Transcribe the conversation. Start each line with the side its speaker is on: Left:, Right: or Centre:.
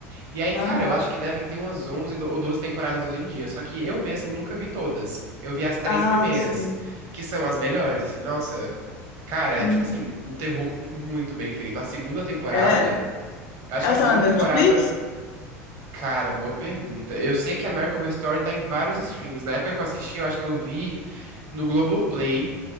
Right: E aí, cara,
Left: Aham.
Right: eu acho que devem ter umas 11 do- ou 12 temporadas hoje em dia. Só que eu mesmo nunca vi todas. Eu vi as três
Left: Ah,
Right: primeiras,
Left: sim.
Right: que são as melhores, assim. Nossa, cara,
Left: Uhum.
Right: é, tipo assim, um terror muito bem feito. A segunda temporada,
Left: É.
Right: eu acho
Left: Ela
Right: que a segunda
Left: tá na
Right: temporada,
Left: Netflix?
Right: cara, boa pergunta. Eu sei que a American Horror Story tá em vários streams. Na época que eu assisti, eu acho que eu vi no Globoplay,